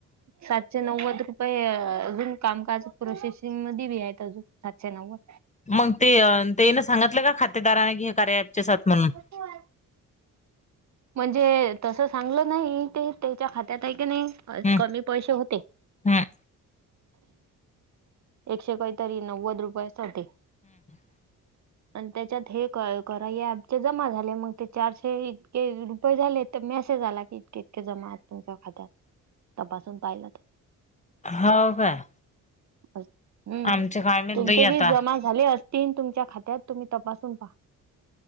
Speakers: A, on the right; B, on the left.
A: सातशे नव्वद रुपये अजून कामकाज प्रोसेसिंग मधी बी आहेत अजून सातशे नव्वद.
B: मग ते तेन सांगितलं का खातेदारांने की हे कार्य ॲपचेच हाईत म्हणून?
A: होय म्हणजे? तसं सांगल नाही ते त्याच्या खात्यात आहे की नाही
B: हम्म
A: कमी पैसे होते.
B: हम्म.
A: एकशे काहीतरी नव्वद रुपयच होते.
B: <inaudible>
A: आणि त्याच्यात हे कराई ॲपचे जमा झाले मग ते चारशे इतके प झाले तर मेसेज आला की इतके इतके जमा तुमच्या खात्यात तपासून पाहिलं तर.
B: हो काय?
A: हम्म.
B: आमचे माहित
A: तुमचे
B: बाई
A: बी
B: आता
A: जमा झाले असतील तुमच्या खात्यात तुम्ही तपासून पाहा.